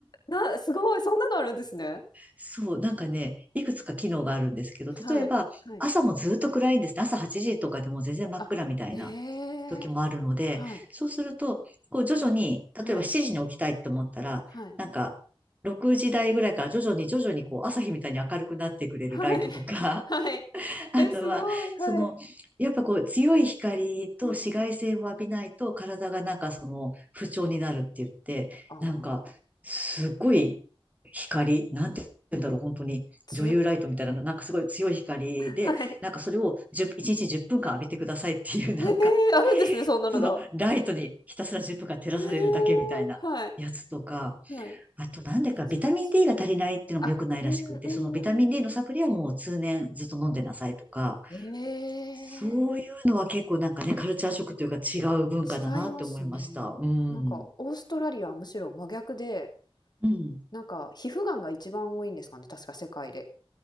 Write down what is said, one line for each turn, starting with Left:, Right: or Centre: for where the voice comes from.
Left: な、すごい、そんなのあるんですね。
Right: そう、なんかね、いくつか機能があるんですけど、
Left: はい、
Right: 例えば朝もずっと暗いんですね。
Left: はい。
Right: 朝8時とかでも全然真っ暗みたいな
Left: あ、ええ、
Right: 時もあるので、
Left: はい、
Right: そうすると、こう徐々に、例えば7時に起きたいと思ったら、
Left: はい、はい、
Right: なんか6時台ぐらいから徐々に徐々にこう朝日みたいに明るくなってくれるライトとか、
Left: はい、はい。
Right: <laughs> あとは、
Left: え、すごい、はい。
Right: その、やっぱこう、強い光と紫外線を浴びないと、
Left: うんうん。
Right: 体がなんかその、不調になるって言って、
Left: ああ、
Right: なんか、すごい光、なんて言うんだろう、本当に、
Left: 強
Right: 女優ライトみたいな、なんかすごい強い光で、
Left: はい。
Right: なんかそれを10、日10分間浴びてくださいっていう、なんか、
Left: ええ、あるんですね、そんなのが。
Right: その、ライトにひたすら10分間照らされるだけみたいな。
Left: ええ、はい、
Right: やつとか、
Left: はい。
Right: あとなんでかビタミン
Left: めっちゃ面白い。
Right: D が足りないっていうのも良くないらしくて、
Left: あ、うんうんうんうん。
Right: そのビタミン D のサプリはもう通年ずっと飲んでなさいとか、
Left: ええ、
Right: そういうのは結構なんかね、カルチャーショックというか違う文化だなって思いました。
Left: 違いますね。
Right: うん。
Left: なんかオーストラリアはむしろ真逆で
Right: うん。
Left: なんか、皮膚がんが一番多いんですかね、確か世界で。